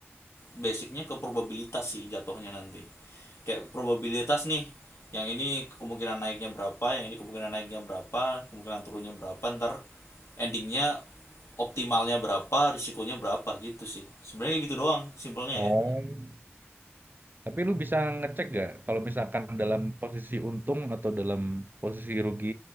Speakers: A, on the left; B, on the right.
A: basicnya ke probabilitas sih jatuhnya nanti kayak probabilitas nih yang ini kemungkinan naiknya berapa yang ini kemungkinan naiknya berapa kemungkinan turunnya berapa ntar endingnya optimalnya berapa risikonya berapa gitu sih sebenarnya gitu doang simpelnya
B: Oh.
A: ya
B: Tapi lu bisa ngecek gak kalau misalkan dalam posisi untung atau dalam posisi rugi